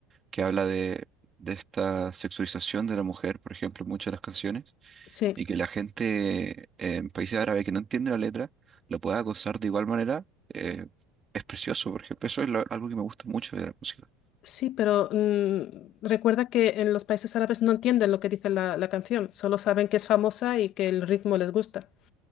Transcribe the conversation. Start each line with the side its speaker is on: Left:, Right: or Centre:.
Right: que habla de, de esta sexualización de la mujer, por ejemplo, en muchas de las canciones,
Left: Sí.
Right: y que la gente eh, en países árabes que no entiende la letra la pueda gozar de igual manera, eh, es precioso, por ejemplo, eso es lo- algo que me gusta mucho de la música.
Left: Sí, pero mm, recuerda que en los países árabes no entienden lo que dice la, la canción, solo saben que es famosa y que el ritmo les gusta.